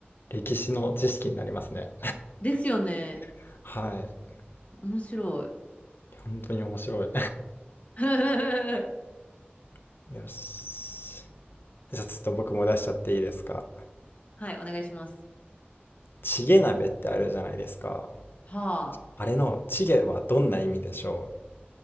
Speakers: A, on the left; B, on the left.
A: 歴史の知識になりますね。
B: ですよね。
A: <laughs> はい。
B: 面白い。
A: 本当に面白い。
B: <laughs> は
A: <laughs> よし。じゃあちょっと僕も出しちゃっていいですか。
B: い、お願いします。
A: チゲ鍋ってあるじゃないですか。
B: はあ。
A: あれのチゲはどんな意味でしょ